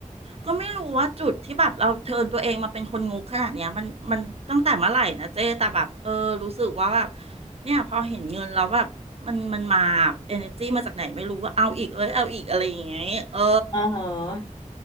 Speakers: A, on the right (about 50°); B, on the left (about 35°).
A: ก็ไม่รู้ว่าจุดที่แบบเราเทิร์นตัวเองมาเป็นคนงกขนาดเนี้ยมันมันตั้งแต่เมื่อไหร่นะเจ๊แต่แบบเออรู้สึกว่าแบบเนี่ยพอเห็นเงินแล้วแบบมันมันมาเอเนอร์จีมาจากไหนไม่รู้ว่าเอาอีกเอ้ยเอาอีกอะไรอย่างเงี้ยเออ
B: อ๋อ